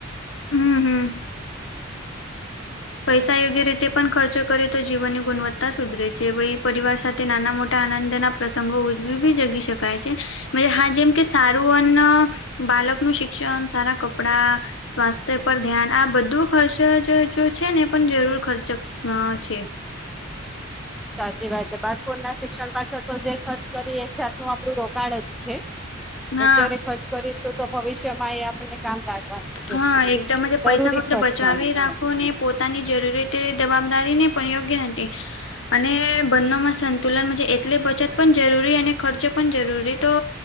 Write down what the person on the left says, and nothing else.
હમ હમ. પૈસા યોગ્ય રીતે પણ ખર્ચો કરે તો જીવનની ગુણવત્તા સુધરે છે વ પરિવાર સાથે નાના મોટા આનંદના પ્રસંગો ઉજવી બી જગી શકાય છે. હા જેમ કે સારું અન્ન બાલકનું શિક્ષણ સારા કપડા સ્વાસ્થ્ય પર ધ્યાન આ બધું ખર્ચ જ જો. છે ને પણ જરૂર ખર્ચો ક અ છે.
હા
હા, એકદમ જ
પૈસા વખાતે
બચાવી
રાખો
ને પોત તાની જરૂર રીતે જવાબદારી ને પણ યોગ્ય નથી. અને બંનેમાં સંતુલન છે એટલે બચત પણ જરૂરી અને ખર્ચો પણ જરૂરી તો